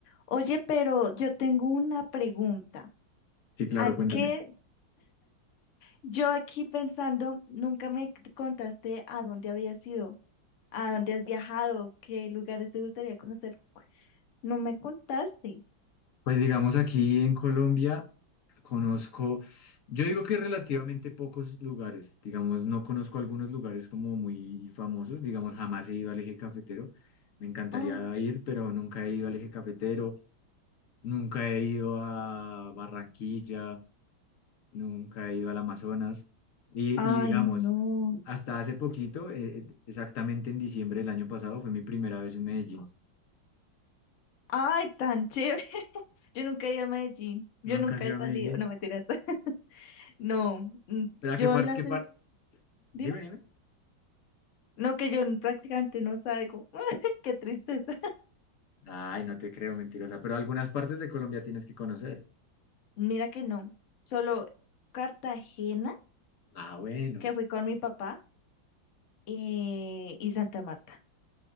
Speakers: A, on the left; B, on the left.
A: Oye, pero yo tengo una pregunta.
B: Sí, claro,
A: ¿A
B: cuéntame.
A: qué? Yo aquí pensando, nunca me c- contaste a dónde habías ido, a dónde has viajado, qué lugares te gustaría conocer. No me contaste.
B: Pues digamos aquí en Colombia conozco, yo digo que relativamente pocos lugares, digamos, no conozco algunos lugares como muy famosos, digamos, jamás he ido al Eje Cafetero, me encantaría
A: Oh,
B: ir, pero nunca he ido al Eje Cafetero, nunca he ido a Barranquilla, nunca he ido al Amazonas y,
A: ay,
B: y digamos,
A: no.
B: hasta hace poquito, eh, eh, exactamente en diciembre del año pasado, fue mi primera vez en Medellín.
A: Ay, tan chévere. <laughs> Yo nunca he ido a Medellín. Yo
B: Nunca
A: nunca
B: he ido
A: he salido.
B: a Medellín,
A: No, mentiras. <laughs> No, mm,
B: pero ¿a
A: yo
B: qué parte,
A: las...
B: qué
A: de-
B: parte? Dime,
A: Dime.
B: dime.
A: No, que yo n- prácticamente no salgo. <laughs> Qué tristeza.
B: Ay, no te creo, mentirosa. Pero algunas partes de Colombia tienes que conocer.
A: Mira que no. Solo Cartagena,
B: Ah, bueno,
A: que fui con mi papá, eh, y Santa Marta,